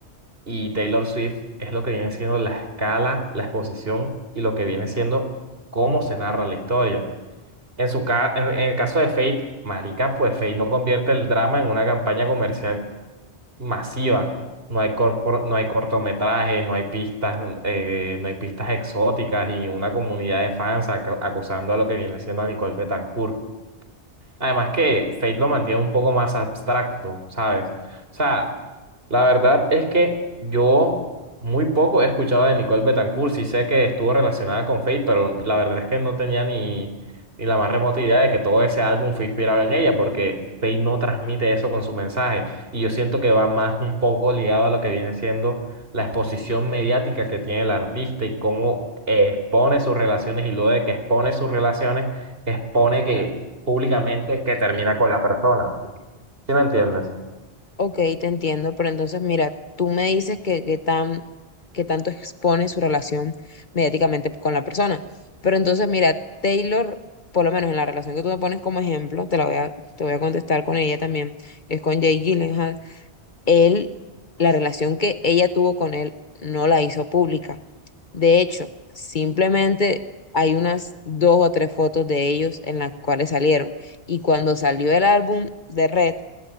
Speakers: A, on the right (about 60°); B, on the left (about 45°).
A: y Taylor Swift es lo que viene siendo la escala, la exposición y lo que viene siendo cómo se narra la historia. En su ca- en en el caso de Fate, marica, pues Fate no convierte el drama en una campaña comercial masiva. No hay corpor- no hay cortometrajes, no hay pistas, eh, no hay pistas exóticas y una comunidad de fans acu- acusando a lo que viene siendo a Nicole Betancourt. Además que Fate lo mantiene un poco más abstracto, ¿sabes? O sea, la verdad es que yo muy poco he escuchado de Nicole Betancourt. Sí sé que estuvo relacionada con Fate, pero la verdad es que no tenía ni, ni la más remota idea de que todo ese álbum fue inspirado en ella, porque Fate no transmite eso con su mensaje. Y yo siento que va más un poco ligado a lo que viene siendo la exposición mediática que tiene el artista y cómo eh, expone sus relaciones y luego de que expone sus relaciones, expone que públicamente que termina con la persona. ¿Sí me entiendes?
B: Ok, te entiendo, pero entonces mira, tú me dices que, que tan, que tanto expone su relación mediáticamente con la persona, pero entonces mira, Taylor, por lo menos en la relación que tú me pones como ejemplo, te la voy a, te voy a contestar con ella también, que es con Jake Gyllenhaal, él, la relación que ella tuvo con él no la hizo pública. De hecho, simplemente hay unas dos o tres fotos de ellos en las cuales salieron, y cuando salió el álbum de Red,